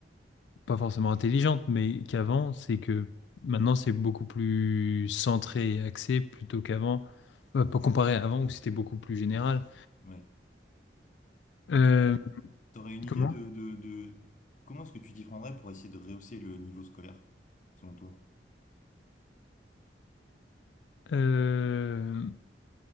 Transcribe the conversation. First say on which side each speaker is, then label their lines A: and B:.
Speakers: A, on the left; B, on the left.
A: pas forcément intelligentes, mais qu'avant, c'est que maintenant c'est beaucoup plus centré et axé plutôt qu'avant, euh, pas comparé à avant où c'était beaucoup plus général.
B: ouais.
A: Euh,
B: Mais toi, t'as- t'aurais une idée
A: comment?
B: de, de, de comment est-ce que tu t'y prendrais pour essayer de rehausser le niveau scolaire, selon toi?
A: Euh,